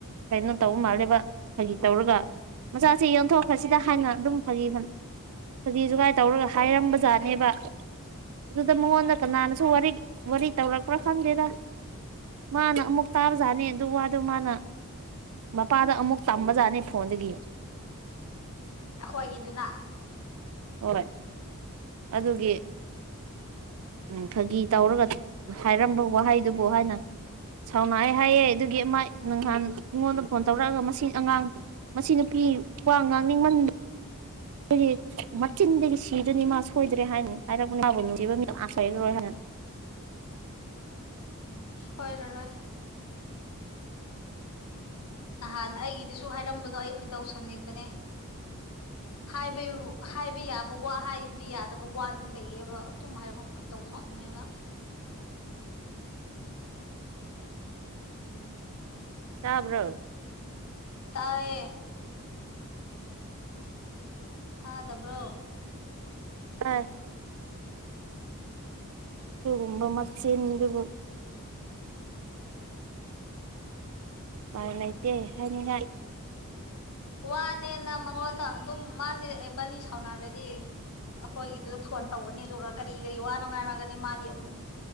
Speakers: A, on the right; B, on the left.
A: ꯀꯩꯅꯣ ꯇꯧꯕ ꯃꯥꯜꯂꯦꯕ ꯍꯥꯏꯒꯤ ꯇꯧꯔꯒ ꯃꯆꯥꯁꯤ ꯌꯣꯟꯊꯣꯛꯈ꯭ꯔꯁꯤꯗ ꯍꯥꯏꯅ ꯑꯗꯨꯝ ꯐꯪ ꯐꯗꯤꯁꯨꯨꯒꯥꯏ ꯇꯧꯔꯒ ꯍꯥꯏꯔꯝꯕ ꯖꯥꯠꯅꯦꯕ ꯑꯗꯨꯗ <unintelligible>
B: ꯎꯝ
A: ꯀꯅꯥꯅꯁꯨ ꯋꯥꯔꯤ ꯋꯥꯔꯤ ꯇꯧꯔꯛꯄ꯭ꯔꯥ ꯈꯪꯗꯦꯗ ꯃꯥꯅ ꯑꯃꯨꯛ ꯇꯥꯕꯖꯥꯠꯅꯤ ꯑꯗꯨ ꯋꯥꯗꯣ ꯃꯥꯅ ꯃꯄꯥꯗ ꯑꯃꯨꯛ ꯇꯝꯕꯖꯥꯠꯅꯤ ꯐꯣꯟꯗꯒꯤ
B: ꯑꯩꯈꯣꯏꯒꯤꯗꯨꯅ
A: ꯍꯣꯏ ꯑꯗꯨꯒꯤ ꯎꯝ ꯐꯥꯒꯤ ꯇꯧꯔꯒ ꯍꯥꯏꯔꯝꯕ ꯋꯥꯍꯩꯗꯨꯕꯨ ꯍꯥꯏꯅ ꯁꯥꯎꯅꯑ ꯍꯥꯏꯌꯦꯦ ꯑꯗꯨꯒꯤ ꯑꯃ ꯅꯪꯍꯥꯟ ꯑꯩꯉꯣꯟꯗ ꯐꯣꯟ ꯇꯧꯔꯛꯑꯒ ꯃꯁꯤꯡ ꯑꯉꯥꯡ ꯃꯁꯤ ꯅꯨꯄꯤ ꯈ꯭ꯋꯥꯡ ꯉꯥꯡꯅꯤꯡꯃꯟ ꯑꯩꯈꯣꯏꯒꯤ ꯃꯆꯤꯟꯗꯒꯤ ꯁꯤꯗꯅꯤ ꯃꯥ ꯁꯣꯏꯗ꯭ꯔꯦ ꯍꯥꯏꯅ ꯍꯥꯏꯔꯛꯄ ꯃꯥꯕꯨ ꯅꯨꯡꯁꯤꯕꯝꯗ ꯑꯥꯁꯔꯔꯣꯏ ꯍꯥꯏꯅ
B: ꯎꯝ ꯁꯣꯏꯔꯔꯣꯏ ꯅꯍꯥꯟ ꯑꯩꯒꯤꯗꯨꯁꯨ ꯍꯥꯏꯔꯝꯕꯗꯣ ꯑꯩ ꯈꯣꯏꯗꯧ ꯁꯝꯅꯤꯡꯕꯅꯦ ꯍꯥꯏꯕ ꯍꯥꯏꯕ ꯌꯥꯕ ꯋꯥ ꯍꯥꯏꯕ ꯌꯥꯗꯕ ꯋꯥꯗꯨ ꯂꯩꯌꯦꯕ ꯑꯗꯨꯝ ꯍꯥꯏ ꯗꯧ ꯋꯥꯅꯤ ꯍꯥꯏꯕ꯫
A: ꯇꯥꯕ꯭ꯔꯣ
B: ꯇꯥꯏꯌꯦ ꯊꯥꯗꯕ꯭ꯔꯣ
A: ꯑ ꯑꯗꯨꯒꯨꯝꯕ ꯃꯆꯤꯟꯗꯨꯕꯨ꯫ ꯎꯄꯥꯏ ꯂꯩꯇꯦ ꯍꯥꯏꯅꯤꯡꯉꯥꯏ꯫
B: ꯋꯥꯅꯦꯅ ꯃꯉꯣꯟꯗ ꯑꯗꯨꯝ ꯃꯥꯁꯦ ꯕꯥꯅꯤ ꯁꯥꯎꯅꯔꯗꯤ꯫ ꯑꯩꯈꯣꯏꯒꯤꯗꯨꯗ ꯐꯣꯟ ꯇꯧꯒꯅꯤ ꯑꯗꯨꯒ ꯀꯔꯤ ꯀꯔꯤ ꯋꯥꯅꯉꯥꯏꯅꯒꯅꯤ ꯃꯥꯗꯤ ꯑꯃꯨꯛ꯫